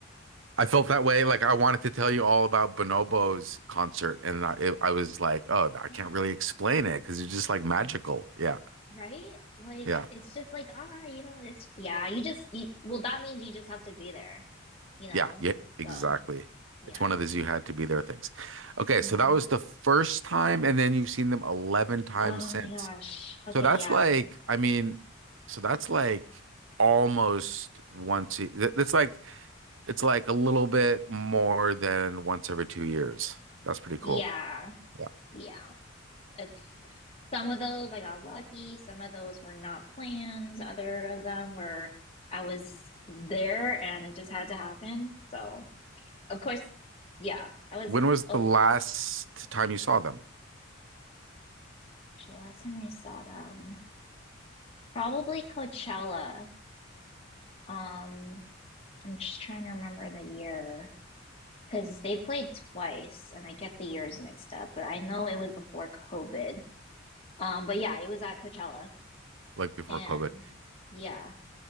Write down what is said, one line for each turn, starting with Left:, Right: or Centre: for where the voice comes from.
Right: I felt that way. Like I wanted to tell you all about Bonobo's concert, and I, it, I was like, oh, I
Left: Yeah,
Right: can't really explain it because it's just like magical. Yeah,
Left: right? Like,
Right: yeah,
Left: it's just like, ah, you know, it's, yeah, you just, you, well, that means you just have to be there, you know?
Right: yeah, yeah, exactly.
Left: So. Yeah.
Right: It's one of those you had to be there things. Okay,
Left: hmm
Right: so that was the first time, and then you've seen them 11 times
Left: Oh
Right: since.
Left: my gosh. Okay,
Right: So that's
Left: yeah.
Right: like, I mean, so that's like almost once. a- that- That's like it's like a little bit more than once every two years. That's pretty cool.
Left: Yeah.
Right: Yeah.
Left: Yeah. It's some of those I got lucky, some of those were not plans. other of them were I was there and it just had to happen. So, of course, yeah. I was
Right: When was the
Left: oh,
Right: last time you saw them?
Left: the last time I saw them, probably Coachella. Um, I'm just trying to remember the year because they played twice and I get the years mixed up, but I know it was before COVID. Um, but yeah, it was at Coachella.
Right: Like before
Left: And
Right: COVID?
Left: yeah.